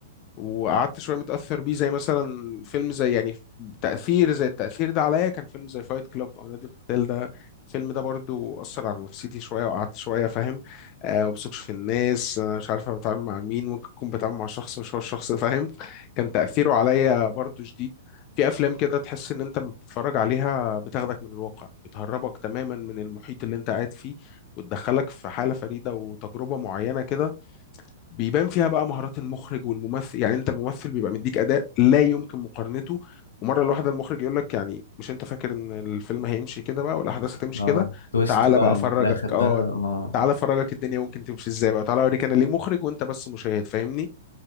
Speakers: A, on the left (about 40°); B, on the left (about 80°).
A: وقعدت شويه متاثر بيه زي مثلا فيلم زي يعني تاثير زي التاثير ده عليا كان فيلم زي فايت كلاب او نادي القتال ده الفيلم ده برضو اثر على نفسيتي شويه وقعدت شويه فاهم آه وبثقش في الناس انا مش عارف أنا بتعامل مع مين ممكن اكون بتعامل مع شخص مش هو الشخص فاهم كان تاثيره عليا برضو شديد في افلام كده تحس ان انت لما بتتفرج عليها بتاخدك من الواقع بتهربك تماما من المحيط اللي انت قاعد فيه وتدخلك في حاله فريده وتجربه معينه كده بيبان فيها بقى مهارات المخرج والممثل يعني انت الممثل بيبقى مديك اداء لا يمكن مقارنته ومره الواحده المخرج يقول لك يعني مش انت فاكر ان الفيلم هيمشي كده بقى والاحداث هتمشي
B: اه
A: كده
B: تويست
A: تعالى
B: بقى
A: بقى افرجك
B: اللي في الاخر
A: اه
B: ده اه
A: تعالى افرجك الدنيا ممكن تمشي ازاي بقى تعالى اوريك انا ليه مخرج وانت بس مشاهد فاهمني